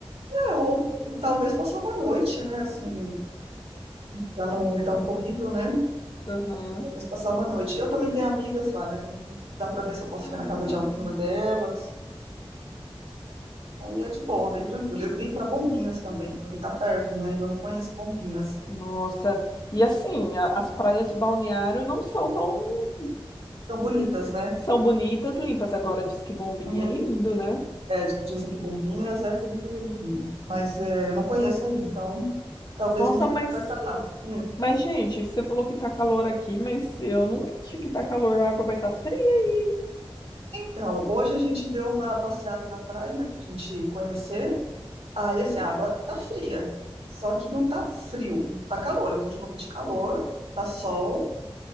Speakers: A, on the right (about 80°); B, on the left (about 40°).
A: É, ou talvez passar uma noite, né? Assim, pra não ir tão corrido, né?
B: Aham.
A: Talvez passar uma noite. Eu também tenho amigas lá, né? Também dá pra ver se eu posso
B: Ah,
A: ficar na casa de alguma delas. Aí é de boa, bem tranquilo. Eu queria ir pra Bombinhas também, porque tá perto, né? E eu não conheço Bombinhas.
B: nossa. E assim, a- as praias de Balneário não são tão.
A: Tão bonitas, né?
B: São bonitas, limpas. Agora diz que Bombinha
A: Uhum.
B: é lindo, né?
A: É, di- dizem que Bombinhas é lindo, lindo, lindo. Mas é, eu não conheço ainda, então talvez
B: Nossa,
A: um dia
B: mas
A: a gente vai pra lá. Hum.
B: Mas, gente, você falou que tá calor aqui, mas eu não acho que tá calor. A água vai estar fria aí,
A: Então, hoje a gente deu uma passeada na praia, né? Pra gente conhecer. Aí, assim, a água tá fria. Só que não tá frio. Tá calor, eu tô de roupa de calor, tá sol,